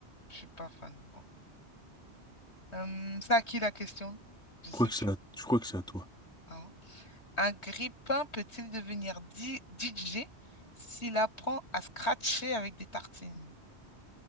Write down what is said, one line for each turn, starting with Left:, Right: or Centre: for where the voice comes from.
Left: je suis pas fan. Bon. Hum, c'est à qui la question? Je sais
Centre: crois que
Left: plus.
Centre: c'est à, je crois que c'est à toi.
Left: Ah ouais. Un grippin peut-il devenir di- DJ s'il apprend à scratcher avec des tartines?